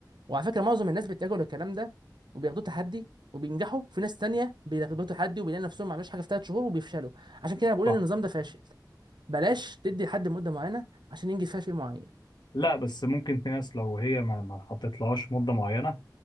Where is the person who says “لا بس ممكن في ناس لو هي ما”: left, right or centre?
Left